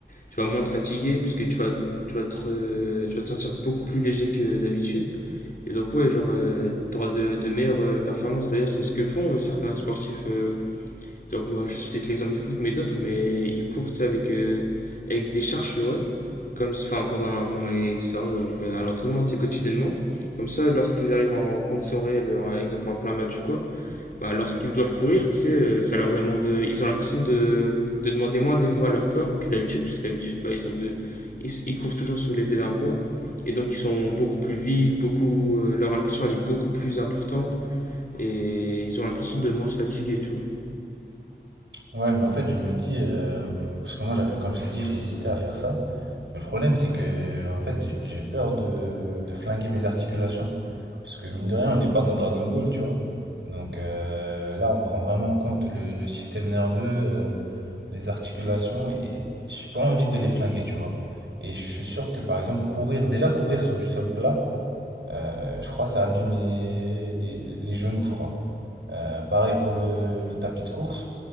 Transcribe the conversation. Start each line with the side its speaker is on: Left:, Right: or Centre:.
Left: Tu vas moins te fatiguer, puisque tu vas, tu vas, te, euh, tu vas te sentir beaucoup plus léger que d'habitude. Et donc, ouais, genre, euh, t'auras de, de meilleures euh, performances. D'ailleurs, c'est ce que font euh, certains sportifs. euh, donc, moi, je cite l'exemple du foot, mais d'autres, mais ils courent, tu sais, avec, euh, avec des charges sur eux, comme, enfin, pendant un moment, etc. Donc, euh, à l'entraînement, tu sais, quotidiennement. Comme ça, lorsqu'ils arrivent en conditions réelles, euh, par exemple en plein match ou quoi, bah, lorsqu'ils doivent courir, tu sais, euh, ça leur demande. euh, Ils ont l'impression de, de demander moins d'efforts à leur corps que d'habitude, parce que d'habitude, bah, ils, ont de- ils, ils courent toujours sous l'effet d'un poids. Et donc, ils sont beaucoup plus vifs, beaucoup, euh, leur impulsion elle est beaucoup plus importante, et ils ont l'impression de moins se fatiguer, tu vois.
Right: Ouais, mais en fait, je me dis, euh, parce que moi, j'avais, comme je t'ai dit, j'ai hésité à faire ça. Mais le problème, c'est que, en fait, j'ai j'ai peur de, de flinguer mes articulations. Parce que, mine de rien, on n'est pas dans Dragon Ball, tu vois. Donc euh, là, on prend vraiment en compte le, le système nerveux, euh, les articulations, et j'ai pas envie de les flinguer, tu vois. Et je suis sûr que, par exemple, courir, déjà courir sur du sol plat, euh, je crois que ça abîme les, les, les genoux, je crois. Euh, pareil pour le, le tapis de course